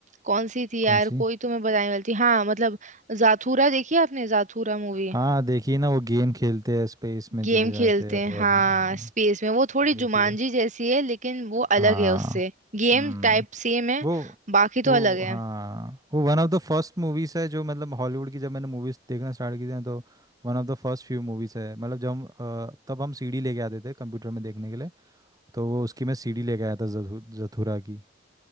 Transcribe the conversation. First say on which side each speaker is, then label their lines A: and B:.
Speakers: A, on the right (about 45°); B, on the right (about 20°).
A: कौन सी थी यार
B: कौन सी
A: कोई तो मैं बताने वाली थी हाँ मतलब जाथूरा देखी है आपने जाथूरा मूवी
B: हाँ देखिए ना वो गेम खेलते हैं स्पेस में
A: गेम
B: चले जाते
A: खेलते
B: हैं
A: हैं
B: वो
A: हाँ
B: वाला, हाँ
A: स्पेस में वो थोड़ी
B: देखिए
A: जुमांजी जैसी है लेकिन वो
B: हाँ
A: अलग है उससे गेम
B: हम्म
A: टाइप सेम है
B: वो
A: बाकी तो
B: वो
A: अलग
B: हाँ
A: है
B: वो one of the first movies है जो मतलब हॉलीवुड की जब मैंने मूवीज देखना स्टार्ट की थी ना, तो one of the first few movies है मतलब जब हम अ, तब हम सीडी लेके आते थे कंप्यूटर में देखने के लिए तो वो उसकी मैं सीडी लेके आया था जथु, जथुरा की